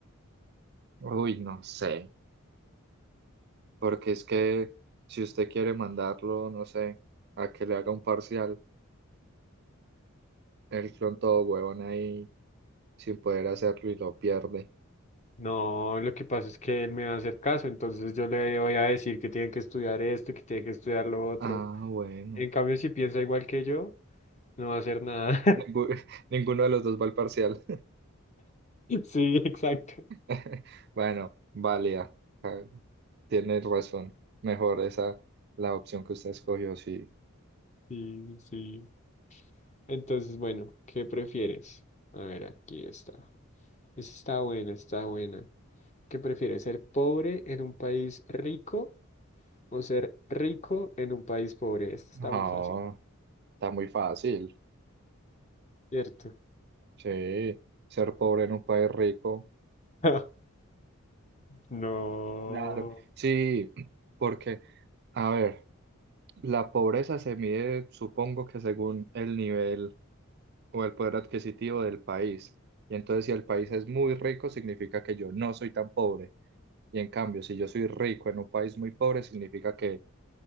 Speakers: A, on the right; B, on the left.
A: Uy, no sé, porque es que si usted quiere mandarlo, no sé, a que le haga un parcial el clon todo huevón ahí sin poder hacerlo y lo pierde.
B: No, lo que pasa es que él me va a hacer caso, entonces yo le voy a decir que tiene que estudiar esto, que tiene que estudiar lo otro.
A: Ah, bueno.
B: En cambio, si piensa igual que yo, no va a hacer nada. <laughs>
A: Ningú- <laughs> ninguno de los dos va al parcial.
B: Sí, exacto.
A: <laughs> Bueno, válida. Ah, Tienes razón. Mejor esa, la opción que usted escogió, sí.
B: Sí, sí. Entonces, bueno, ¿qué prefieres? A ver, aquí está. Esta Está buena, está buena. ¿Qué prefieres, ser pobre en un país rico o ser rico en un país pobre? Esta está
A: No,
B: muy fácil,
A: está muy fácil.
B: ¿cierto?
A: Sí, ser pobre en un país rico.
B: <laughs> No,
A: Claro. Sí, <clears throat> porque, a ver, la pobreza se mide, supongo que según el nivel. o el poder adquisitivo del país. Y entonces si el país es muy rico, significa que yo no soy tan pobre. Y en cambio, si yo soy rico en un país muy pobre, significa que